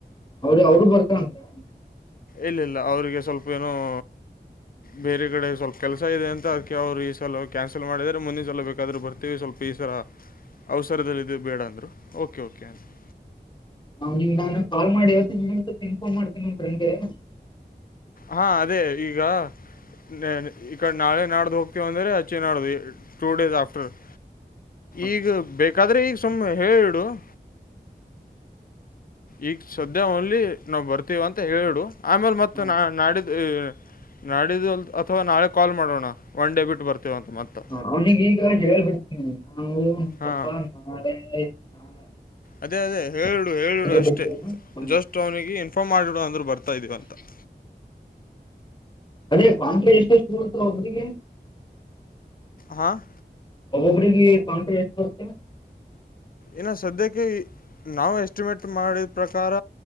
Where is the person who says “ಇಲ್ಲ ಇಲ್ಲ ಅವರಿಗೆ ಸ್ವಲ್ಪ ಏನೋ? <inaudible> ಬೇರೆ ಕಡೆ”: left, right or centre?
Left